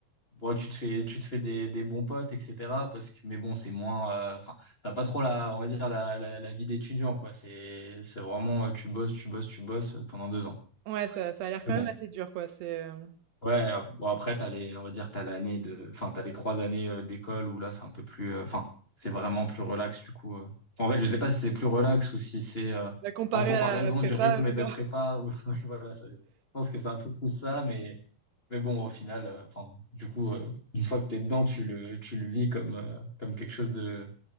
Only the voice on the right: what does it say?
Ouais, ça ça a l'air quand
même
assez dur, quoi. C'est, heu,
bah, comparé
à la la prépa,
c'est
ça?